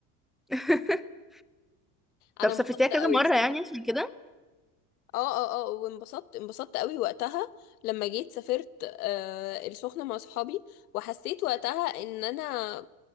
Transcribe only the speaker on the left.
انا
انبسطت
قوي
بصراحة
اه اه اه وانبسطت انبسطت قوي وقتها لما جيت سافرت آه السخنة مع صحابي وحسيت وقتها ان انا